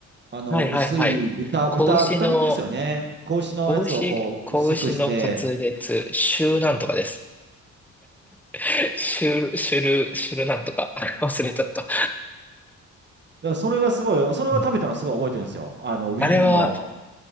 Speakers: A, on the right; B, in the centre.
A: あの、
B: はいはいはい。
A: 薄い豚、
B: 子牛の、
A: 豚、豚肉ですよね。子牛のやつをこう、
B: 子牛、子牛の滑裂、
A: 薄くして、
B: シューなんとかです。<laughs> シュル、シュル、シュルなんとか。<laughs> 忘れちゃった。
A: だからそれがすごい、それは食べたのすごい覚えてるんですよ。
B: <laughs> うん
A: あの、ウィーンの
B: あれは、